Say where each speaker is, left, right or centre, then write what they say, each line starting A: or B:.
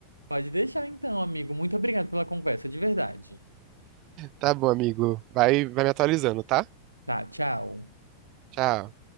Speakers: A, on the right (about 85°); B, on the right (about 40°).
A: Pode deixar então, amigo. Muito obrigado pela conversa, de verdade.
B: Tá bom, amigo. Vai, vai me atualizando, tá?
A: Tá, tchau.
B: Tchau.